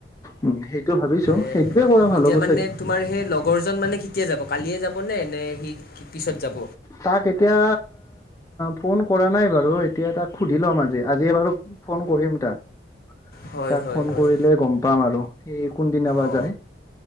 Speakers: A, on the left; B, on the left.
A: উম সেইটো ভাবিছো
B: এ
A: সেইটোয়ে কৰা ভাল
B: এতিয়া
A: হ'ব
B: মানে
A: চাগে
B: তোমাৰ সেই লগৰজন মানে, কেতিয়া যাব কালিয়ে যাব নে? এনে সি পিছত যাব।
A: তাক এতিয়া ফোন কৰা নাই বাৰু, এতিয়া তাক সুধি লম আজি-আজি বাৰু ফোন কৰিম তাক-তাক
B: হয় হয়
A: ফোন
B: হয়
A: কৰিলে গম পাম আৰু। সি কোনদিনা বা
B: অ,
A: যায়